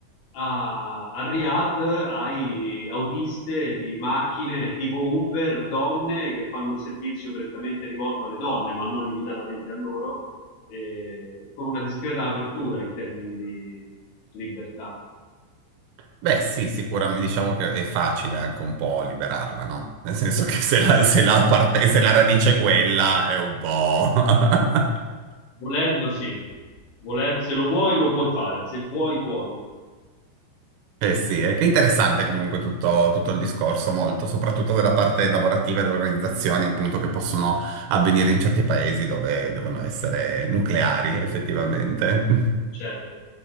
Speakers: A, on the left; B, on the right.
A: a, a Riyadh hai autiste di macchine tipo Uber, donne che fanno un servizio prettamente rivolto alle donne, ma non limitatamente a loro, eh, con una discreta apertura in termini di libertà.
B: Beh, sì, sicuramente diciamo che è facile anche un po' liberarla, no? Nel senso che se la, se la parte- se la radice è quella è un po'... <laughs>
A: Volendo, sì, Volen- se lo vuoi, lo puoi fare, se vuoi, puoi,
B: Eh sì, è che è interessante comunque tutto, tutto il discorso, molto, soprattutto della parte lavorativa e delle organizzazioni appunto che possono avvenire in certi paesi dove devono essere nucleari effettivamente. <laughs>
A: certo.